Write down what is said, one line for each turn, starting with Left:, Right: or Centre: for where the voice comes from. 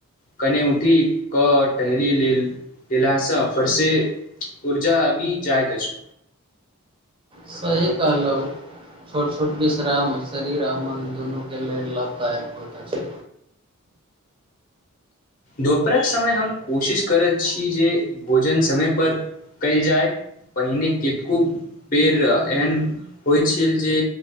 Left: कने उठि कऽ टहली लेल दासँ फरसे ऊर्जा अभी जाइ त छै
Right: सही कहलहु छोट छोट विश्राम शरीर आ मन दुनूके लेल लाभदायक होइत अछि
Left: दोपहरक समय हम कोशिश करैत छी जे भोजन समय पर कयल जाय पहिने कतको बेर एहन होइत छल जे